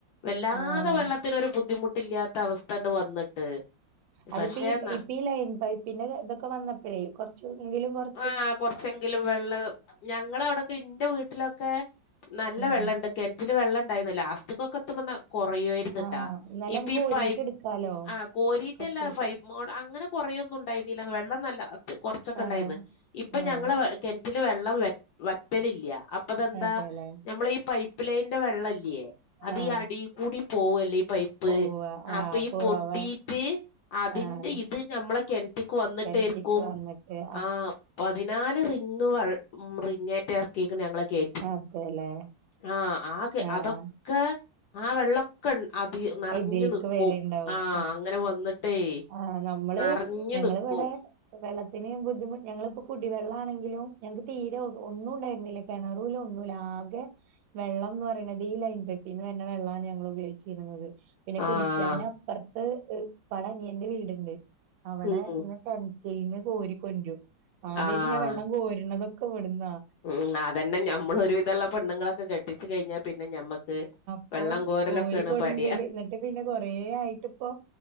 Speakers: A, on the left; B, on the right.
A: വല്ലാതെ
B: ആഹ്
A: വെള്ളത്തിനൊരു ബുദ്ധിമുട്ടില്ലാത്ത അവസ്ഥണ്ട് വന്നിട്ട്
B: അതിപ്പ
A: പക്ഷെ
B: ഈ
A: ന-
B: ഇപ്പ ഈ ലൈൻ പൈപ്പിന്റെ ഇതൊക്കെ വന്നപ്പഴേ കൊറച്ച് എങ്കിലും കൊറ
A: ആ കൊറച്ചെങ്കിലും വെള്ളം ഞങ്ങള അവിടെക്കെ എന്റെ വീട്ടിലൊക്കെ നല്ല
B: ഉം
A: വെള്ളം ഉണ്ട് കിണറ്റില് വെള്ളംണ്ടായിരുന്നു ലാസ്റ്റി ഒക്കെ എത്തുമ്പ കൊറയായി പ്പത്ട്ടാ.
B: ആഹ് എന്നാലും
A: ഇപ്പോ
B: നമുക്ക്
A: ഈ
B: കോരിട്ട്
A: പൈ
B: എടുക്കാലോ
A: ആഹ് കോരീറ്റല്ല
B: കൊറച്ചേച്ചെ
A: ഫൈപ് മോഡ് അങ്ങനെ കൊറേയൊന്നും ഉണ്ടായിരുന്നീല്ലന്ന്. വെള്ളം നല്ല കൊറച്ചൊക്കെ
B: ആഹ്
A: ഇണ്ടായിര്ന്ന്. ഇപ്പ
B: ആഹ്
A: ഞങ്ങളെ വ കെൻ റ്റിൽ വെള്ളം വെ വറ്റലില്ല അപ്പ തെന്താ
B: അതെല്ലേ
A: നമ്മള ഈ പൈപ്പ് ലൈന്റെ വെള്ളം ഇല്ലേ അതി
B: ആഹ്
A: അടി കൂടി പോവല്ലേ പൈപ്പ്
B: ഉവ്വ ആഹ്
A: അപ്പൊ ഈ
B: കുറവാ
A: പൊട്ടീട്ട് അതിന്റെ
B: ആഹ്
A: ഇത് നമ്മളെ കെണറ്റ് വന്നിട്ടേയിറിക്കും
B: കെൻറ്റിക്ക് വന്നിട്ട്
A: ആഹ് പതിനാല് റിങ്ങ് വ റിങ്ങേറ്റേ എറക്കിക്ക്ണ് ഞങ്ങളെ കേ
B: അതെല്ലേ.
A: ആഹ് ആ
B: ആഹ്
A: അതൊക്കെ ആ വെള്ള അതി നിറഞ്ഞുനിക്കും
B: ഇതിൽക്ക് വര്ണ്ടാവും
A: ആഹ് അങ്ങനെ വന്നിട്ടേ
B: ആഹ് നമ്മള്
A: നെറഞ്ഞു ഞ്ഞ്
B: ഞങ്ങളിവിടെ
A: നിക്കും
B: വെള്ളത്തിന് ബുദ്ധിമുട്ട് ഞങ്ങളിപ്പോ കുടിവെള്ളാണെങ്കിലും ഞങ്ങക്ക് തീരെ ഒന്നും ഉണ്ടായിരുന്നില്ലേയ്. കിണറൂല ഒന്നൂല ആകെ. വെള്ളം ന്ന് പറിണത് ഈ ലൈൻ പൈപ്പിന്ന് വര്ന്ന വെള്ളാൺ ഞങ്ങൾ ഉപയോഗിച്ചിര്ന്നത് പിന്നെ
A: ആഹ്
B: കുടിക്യൻ അപ്പറത്ത് ഇപ്പാടെ അനിയന്റെ വീട്‌ണ്ട് അവടെന്ന്
A: ഉം
B: കെൺ ചെഞ്ഞു കോരികൊണ്ടരും ആദ്യമായിട്ട്
A: ആഹ്
B: ഞാൻ വെള്ളം കോരുണതൊക്കെ ഇവട്ന്നാ.
A: ഉം അതന്നെ നഞമ്മൾ ഒരു വിധള്ള പെണ്ണുങ്ങളൊക്കെ കെട്ടിച്ചു കഴിഞ്ഞാ പിന്നെ ഞമ്മക്ക്.
B: ഇപ്പൊ
A: വെള്ളം കോരലൊക്കെയാണ്
B: കോഴിക്കോട്ന്തൽ
A: പടിയ
B: എന്നിട്ട് പിന്നെ കൊറ ആയിട്ട് ഇപ്പൊ